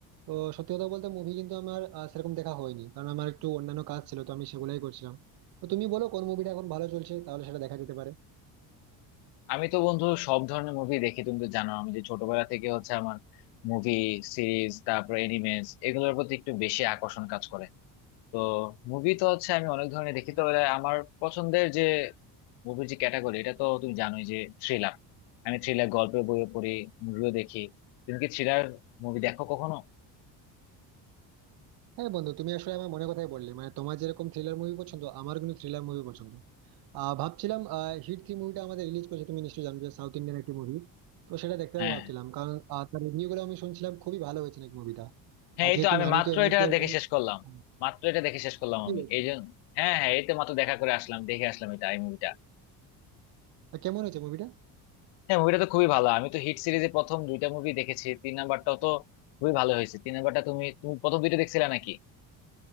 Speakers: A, on the right; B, on the left.
A: তো সত্যি কথা বলতে মুভি কিন্তু আমার আহ, সেরকম দেখা হয়নি কারণ আমার একটু অন্যান্য কাজ ছিল তো আমি সেগুলাই করছিলাম তো তুমি বলো কোন মুভিটা এখন ভালো চলছে তাহলে সেটা দেখা যেতে পারে
B: আমি তো বন্ধু সব ধরনের মুভি দেখি তুমি তো জানো আমি যে ছোটবেলা থেকে হচ্ছে আমার মুভি সিরিজ তারপর এনিমেস এগুলোর প্রতি একটু বেশি আকর্ষণ কাজ করে তো মুভি তো হচ্ছে আমি অনেক ধরনের দেখি তো এবার আমার পছন্দের যে মুভির যে ক্যাটাগরি এটা তো তুমি জানোই যে থ্রিলার আমি থ্রিলার গল্পের বইও পড়ি মুভিও দেখি তুমি কি থ্রিলার মুভি দেখো কখনো
A: হ্যাঁ বন্ধু তুমি আসলে আমার মনে কথাই বললে মানে তোমার যেরকম থ্রিলার মুভি পছন্দ আমার কিন্তু থ্রিলার মুভি পছন্দ আহ ভাবছিলাম আহ, হিট থ্রি মুভিটা আমাদের রিলিজ করেছে তুমি নিশ্চয়ই জানো যে সাউথ ইন্ডিয়ান একটি মুভি তো সেটা দেখতে যাবো
B: হ্যাঁ
A: ভাবছিলাম
B: হ্যাঁ
A: কারণ আহ, তার রিভিউ গুলো আমি শুনছিলাম খুবই ভালো হয়েছে নাকি মুভিটা
B: হ্যাঁ,
A: আর
B: এই
A: যেহেতু
B: তো আমি
A: নানি
B: মাত্র
A: তো এমনিতে
B: এটা
A: একজন-
B: দেখে শেষ করলাম
A: হ্যাঁ,
B: মাত্র এটা দেখে শেষ করলাম
A: কি
B: আমি
A: বলছো
B: এই জন্য হ্যাঁ হ্যাঁ এই তো মাত্র দেখা করে আসলাম দেখে আসলাম এটা এই মুভিটা
A: তা কেমন হয়েছে মুভিটা
B: হ্যাঁ মুভিটা তো খুবই ভালো আমি তো হিট সিরিজে প্রথম দুইটা মুভি দেখেছি তিন নাম্বারটাও তো খুবই ভালো হয়েছে তিন নাম্বারটা তুমি তুমি প্রথম দুইটা দেখছিলে নাকি